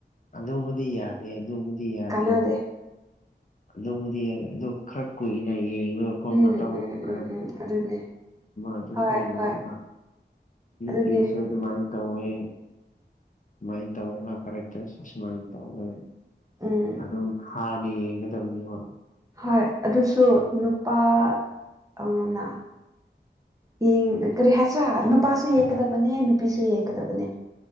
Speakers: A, on the left; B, on the right.
A: ꯑꯗꯨꯕꯨꯗꯤ ꯌꯥꯗꯦ ꯑꯗꯨꯕꯨꯗꯤ ꯌꯥꯗꯦ
B: ꯀꯥꯟꯅꯗꯦ
A: ꯑꯗꯨꯕꯨꯗꯤ ꯌꯥꯏ ꯑꯗꯨ ꯈꯔ ꯀꯨꯏꯅ ꯌꯦꯡꯉ ꯃꯈꯣꯏ
B: ꯎꯝ
A: ꯃꯇꯧ <unintelligible>
B: ꯎꯝ ꯎꯝ ꯎꯝ ꯑꯗꯨꯅꯦ
A: ꯑꯗꯨꯝ
B: ꯍꯣꯏ
A: ꯈꯔ ꯌꯦꯡꯔꯒ
B: ꯍꯣꯏ ꯑꯗꯨꯅꯦ
A: ꯇꯤꯁꯦ ꯑꯗꯨ ꯃꯥꯥꯏ ꯇꯧꯌꯦ ꯁꯨꯃꯥꯏꯅ ꯇꯧꯔ ꯃꯥ ꯀꯔꯦꯛꯇ꯭ꯔꯦꯁ ꯑꯁꯨꯃꯥꯏꯅ ꯇꯧꯒ
B: ꯎꯝ
A: ꯑꯗꯨꯝ ꯍꯥꯟꯅ ꯌꯦꯡꯒꯗꯕꯅꯤꯕ
B: ꯍꯣꯏ ꯑꯗꯨꯁꯨ ꯅꯨꯄꯥ ꯑꯃꯅ ꯌꯦꯡ ꯀꯔꯤ ꯍꯥꯏꯁ꯭ꯔꯥ ꯅꯨꯄꯥꯁꯨ ꯌꯦꯡꯒꯗꯕꯅꯦ ꯅꯨꯄꯤꯁꯨ ꯌꯦꯡꯒꯗꯕꯅꯦ